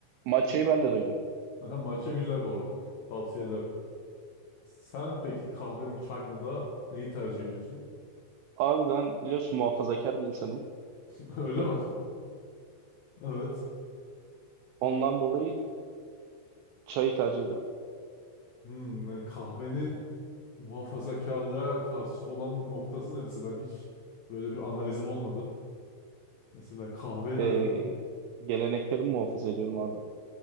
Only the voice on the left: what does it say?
Bu,
aha, matcha güzel bu arada. Tavsiye ederim. Sen peki kahve mi çay mı da neyi tercih ediyorsun?
<laughs> Öyle
mi? Evet.
Hmm, yani kahvenin muhafazakarlığa karşı olan noktası neresi? Ben hiç böyle bir analizim olmadı. Mesela kahve neden?